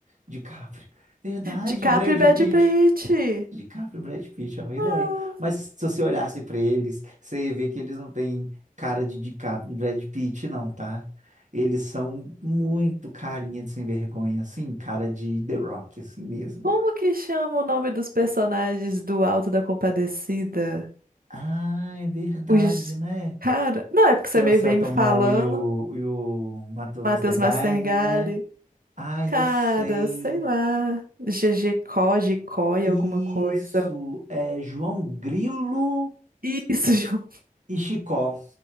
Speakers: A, on the right; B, on the right.
A: de Capri. Verdade,
B: DiCaprio
A: Brad
B: e Brad
A: Pitt.
B: Pitt.
A: DiCaprio e Brad Pitt é uma ideia.
B: Ah.
A: Mas se você olhasse para eles, você ia ver que eles não têm cara de DiCaprio e Brad Pitt, não, tá? Eles são muito carinha de sem vergonha, assim, cara de The Rock, assim mesmo.
B: Como que chama o nome dos personagens do Alto da Compadecida?
A: Ah, é verdade,
B: Os...
A: né?
B: Cara, não é porque
A: Que
B: você
A: é
B: me
A: o Selton
B: vem me falando.
A: Mello e o, e o Matheus
B: Matheus
A: Nastergaile,
B: Massengali.
A: né? Ah,
B: Cara,
A: eu sei.
B: sei lá. GG Có, Gicóia,
A: Isso,
B: alguma coisa.
A: é João Grilo
B: Isso, <laughs> João
A: e Chicó.